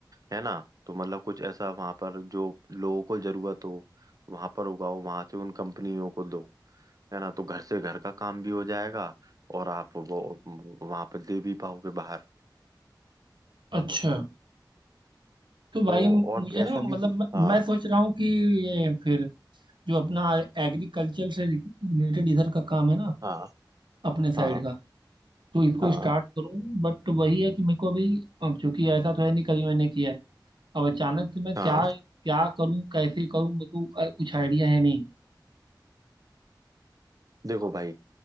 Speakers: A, on the right; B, on the right.
A: है ना तो मतलब कुछ ऐसा वहां पर जो लोगों को जरूरत हो वहां पर उगाओ वहां से उन कंपनियों को दो है ना तो घर से घर का काम भी हो जाएगा और आप वो वहां पर दे भी पाओगे बाहर
B: अच्छा तो भाई
A: तो
B: मुझे
A: और
B: ना
A: ऐसा
B: मतलब
A: भी
B: मैं
A: हाँ
B: मैं सोच रहा हूँ कि ये फिर जो अपना एग्रीकल्चर से रिलेटेड इधर का काम है ना
A: हाँ
B: अपने साइड
A: हाँ
B: का तो इसको
A: हाँ
B: स्टार्ट करूं बट वही है कि मेरे को अभी अब चूंकि ऐसा तो है नहीं कभी मैंने किया है अब अचानक से मैं
A: हाँ
B: क्या क्या करूं कैसे करूं मेरे को अ, कुछ आइडिया है नहीं
A: देखो भाई